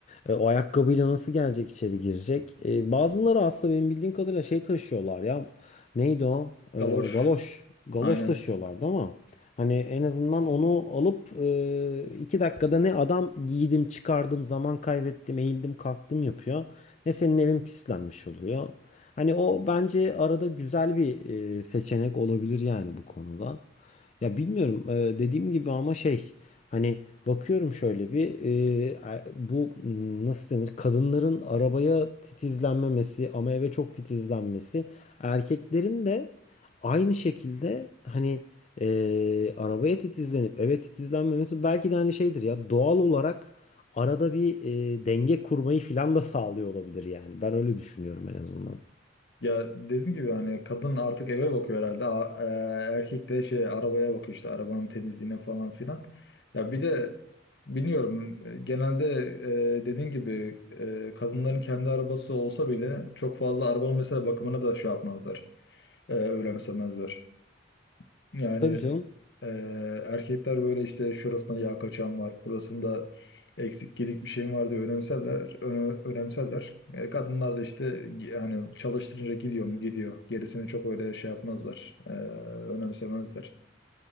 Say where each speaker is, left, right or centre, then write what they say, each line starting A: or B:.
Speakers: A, on the left (about 35°); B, on the left (about 65°).
A: E, o ayakkabıyla nasıl gelecek içeri girecek? E, bazıları aslında benim bildiğim kadarıyla şey taşıyorlar ya. Neydi o? E,
B: Kaloş.
A: galoş. Galoş
B: Aynen.
A: taşıyorlardı ama hani en azından onu alıp e, iki dakikada ne adam giydim çıkardım zaman kaybettim eğildim kalktım yapıyor. Ne senin evin pislenmiş oluyor. Hani o bence arada güzel bir e, seçenek olabilir yani bu konuda. Ya bilmiyorum e, dediğim gibi ama şey hani bakıyorum şöyle bir e, er- bu m, nasıl denir kadınların arabaya titizlenmemesi ama eve çok titizlenmesi erkeklerin de aynı şekilde hani e, arabaya titizlenip eve titizlenmemesi belki de hani şeydir ya doğal olarak arada bir e, denge kurmayı filan da sağlıyor olabilir yani ben öyle düşünüyorum en azından.
B: Ya dediğim gibi hani kadın artık eve bakıyor herhalde. A- e, erkek de şey arabaya bakıyor işte arabanın temizliğine falan filan. Ya bir de bilmiyorum e, genelde e, dediğin gibi e, kadınların kendi arabası olsa bile çok fazla arabanın mesela bakımına da şey yapmazlar. E, önemsemezler. Yani
A: Tabii canım.
B: e, erkekler böyle işte şurasında yağ kaçağım var, burasında eksik gedik bir şeyim var diye önemserler, öne- önemserler. E, kadınlar da işte yani çalıştırınca gidiyor mu gidiyor. Gerisini çok öyle şey yapmazlar, e, önemsemezler.